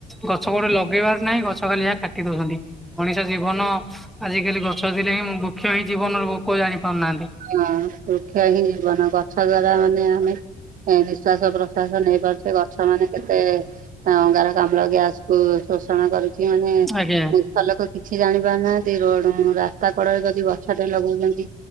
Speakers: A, in the centre; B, on the right.
A: ଗଛ କୋଉଠି ଲଗେଇବାର ନାହିଁ ଗଛ ଖାଲି ଯାହା କାଟି ଦଉଛନ୍ତି ମଣିଷ ଜୀବନ ଆ ଆଜିକାଲି ଗଛ ଥିଲେ ହିଁ ବୃକ୍ଷ ହିଁ ଜୀବନ ଲୋକ ଜାଣି ପାରୁନାହାନ୍ତି।
B: ହଁ ବୃକ୍ଷ ହିଁ ଜୀବନ ଗଛ ଦ୍ଵାରା ମାନେ ଆମେ ନିଃଶ୍ଵାସ ପ୍ରଶ୍ଵା ସ ନେଇ ପାରୁଛେ ଗଛ ମାନେ କେତେ ଅଙ୍ଗାରକାମ୍ଳ ଗ୍ୟାସ କୁ ଶୋଷଣ କରୁ କିଛି ମାନେ
A: ଆଜ୍ଞା।
B: ମୁଖା ଲୋକ କିଛି ଜାଣିପାରୁ ନାହାନ୍ତି ରୋଡ ରାସ୍ତା କଡରେ ଯଦି ଗଛଟେ ଲଗଉଛନ୍ତି